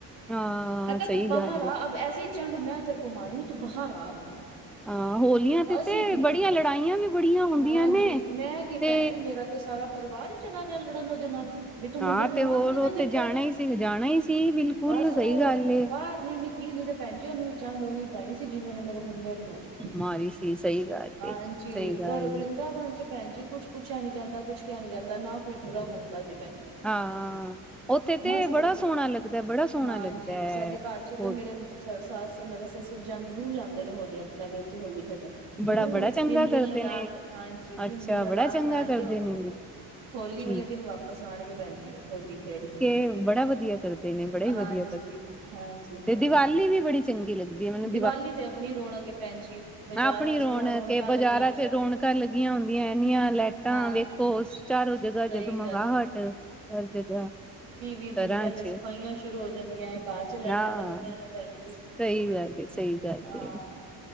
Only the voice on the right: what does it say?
ਮੈਂ ਕਿਹਾ
ਤੂੰ ਬਾਹਰ
ਆ। ਅਬ ਐੇਸੀ ਚੰਡ ਮੈਂ ਤੇਰੇ ਕੋ ਮਾਰੂੰਗੀ। ਤੂੰ ਬਾਹਰ ਆ ਅਬ।
ਅਸੀਂ ਕੀ,
ਹਾਂਜੀ।
ਮੈਂ ਕੀ
ਭੈਣ ਜੀ, ਮੇਰਾ ਤੇ ਸਾਰਾ ਪਰਿਵਾਰ ਈ ਚਲਾ ਗਿਆ, ਲੜਨ ਉਹਦੇ ਨਾਲ ਬੀ ਤੂੰ ਮੁੰਡੇ
ਨੂੰ
ਮਾਰ
ਕਿਵੇਂ
ਦਿੱਤਾ।
ਬਸ
ਉਹ
ਬਾਰ ਨੀ ਨਿਕਲੀ ਨੀ ਤੇ ਭੈਣ ਜੀ। ਉਹਨੂੰ ਵੀ ਚੰਡ ਓਵੇ ਈ ਪੈਣੀ ਸੀ। ਜਿਵੇਂ ਉਹਨੇ ਮੇਰੇ ਮੁੰਡੇ ਨੂੰ ਮਾਰੀ।
ਹਾਂਜੀ।
ਪਰ ਵਿੰਦਾਵਨ
'ਚ ਭੈਣ ਜੀ ਕੁੱਛ ਪੁੱਛਿਆ ਨੀ ਜਾਂਦਾ। ਕੁਛ ਕਿਹਾ ਨੀ ਜਾਂਦਾ। ਨਾ ਕੋਈ ਬੁਰਾ ਮੰਨਦਾ ਜੇ ਭੈਣ ਜੀ।
ਮਸਤ
ਹੋਲੀ,
ਹਾਂਜੀ।
ਸਾਡੇ ਘਰ 'ਚੋਂ ਤੇ
ਮੇਰੇ ਮੁ ਸ-ਸੱਸ ਮੇਰੇ ਸਸੁਰ ਜਨ, ਜਰੂਰ ਜਾਂਦੇ ਨੇ। ਹੋਲੀਆਂ ਤੋਂ ਪਹਿਲੇ, ਉੱਥੇ ਹੋਲੀ ਖੇਡਣ।
ਜ਼ਰੂਰ
ਤਿੰਨ ਦਿਨ
ਲਗਾ
ਕੇ, ਹਾਂਜੀ। ਤਿੰਨ
ਦਿਨ ਲਗਾ
ਕੇ ਆਣਗੇ।
ਹੋਲੀ
ਹੋਲੀ
ਵਾਲੇ ਦਿਨ ਵਾਪਸ ਆਣਗੇ ਭੈਣ ਜੀ ਉਹ। ਹੋਲੀ ਖੇਡ ਕੇ।
ਹਾਂਜੀ।
ਹਾਂਜੀ-ਹਾਂਜੀ,
ਦੀਵਾਲੀ ਤੇ ਆਪਣੀ ਰੌਣਕ ਏ ਭੈਣ ਜੀ। ਬਾਜ਼ਾਰਾਂ
ਚ
ਕਿਆ ਰੌਣਕਾਂ
ਲੱਗੀਆਂ
ਹੁੰਦੀਆਂ
ਹਾਂ
ਸਹੀ
ਵੀਹ-ਵੀਹ ਦਿਨ
ਪਹਿਲੇ
ਸਫ਼ਾਈਆਂ ਸ਼ੁਰੂ ਹੋ ਜਾਂਦੀਆਂ ਐ। ਘਾਰ 'ਚ ਲੈਟਾਂ
ਲੱਗਦੀਆਂ ਨੇ ਭੈਣ ਜੀ।
ਹਾਂ